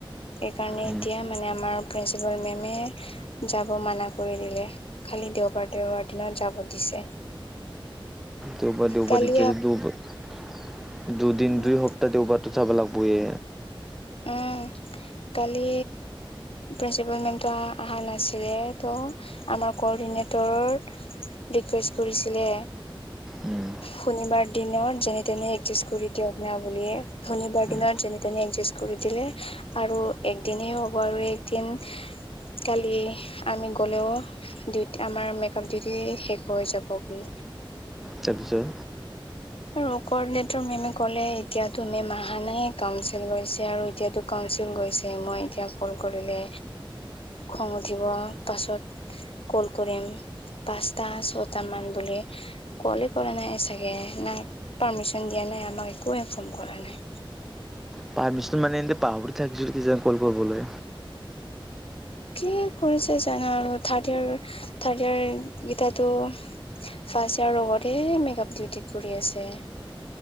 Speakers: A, on the left; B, in the centre.
A: সেইকাৰণে
B: উম,
A: এতিয়া মানে আমাৰ প্ৰিন্সিপাল মেমে যাব মানা কৰি দিলে। খালি দেওবাৰ, দেওবাৰ দিনা যাব দিছে।
B: দেওবাৰ দেওবাৰ
A: কালি
B: দিছে <unintelligible> দুদিন
A: উম
B: দুই সপ্তাহ দেওবাৰটো যাব লাগবয়ে।
A: উম। কালি প্ৰিন্সিপাল মেমটো আহা নাছিলে। ত' আমাৰ কৰ নে তোৰ ৰিকুৱেষ্ট কৰিছিলে।
B: উম,
A: শনিবাৰ দিনত যেনে তেনে একজিষ্ট কৰি দিয়ক না বুলিয়ে, শনিবাৰ
B: উম,
A: দিনত যেনে যেনে তেনে এডজাষ্ট কৰি দিলে আৰু এক দিনেই হব আৰু এক দিন কালি আমি গ'লেও ডিউটি আমাৰ মেকআপ ডিউটি শেষ হৈ যাব বোলে।
B: তাৰপিছত
A: আৰু কৰনেট মেমে কলে এতিয়াটো মেম অহা নাই, কাউঞ্চিল গৈছে আৰু এতিয়াটো কাউন্সিল গৈছে, মই এতিয়া কল কৰিলে খং উঠিব অ পাছত কল কৰিম। পাঁচটা, ছটা মান বুলি, কোৱলে কৰা নাই চাগে। না পাৰ্মিচন দিয়া নাই আমাক। একো ইনফৰ্ম কৰা নাই।
B: পাৰ্মিচন মানে এনে পাহৰি থাকিছো কি যে কৰব গলে।
A: কি কৰিছে জানা আৰু থাৰ্ড ইয়েৰ থাৰ্ড ইয়েৰ কেইটাটো ফাৰ্ষ্ট ইয়াৰ লগতে মেকআপ ডিউটি কৰি আছে